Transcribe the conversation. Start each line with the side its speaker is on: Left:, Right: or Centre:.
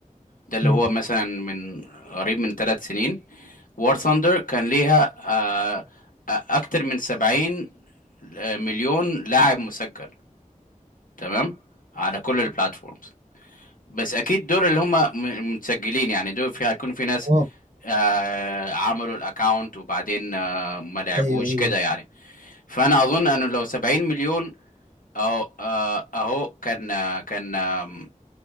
Left: ده اللي
Right: مم.
Left: هو مثلا من قريب من ثلاث سنين War Thunder كان ليها أه آه، اكتر من 70 مليون لاعب مسجل تمام على كل البلاتفورمز بس اكيد دول اللي هم م- متسجلين يعني دول في هيكون في ناس
Right: اه
Left: آه عملوا الاكاونت وبعدين آه ما لعبوش
Right: ايوه ايوه
Left: كده يعني فانا اظن انه لو 70 مليون اهو آه، اهو كان آه، كان آه،